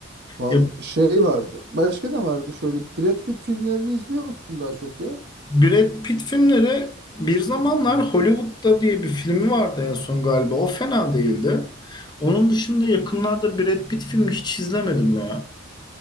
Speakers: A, on the right; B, on the left.
A: Vallahi
B: Ya,
A: şey vardı. Başka ne vardı? Şöyle Brad Pitt filmlerini izliyor musun daha çok ya?
B: Brad Pitt filmleri bir zamanlar Hollywood'da diye bir filmi vardı en son galiba. O fena değildi. Onun dışında yakınlarda Brad Pitt filmi hiç izlemedim ya.